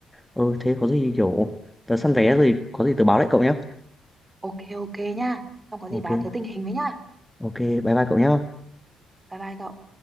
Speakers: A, in the centre; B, on the right.
A: ừ, thế có gì kiểu... Tớ săn vé rồi, có gì tớ báo lại cậu nhé.
B: ok ok nha xong có
A: Ok.
B: gì báo tớ tình hình với nha
A: Ok, bye bye cậu nhé.
B: bye bye cậu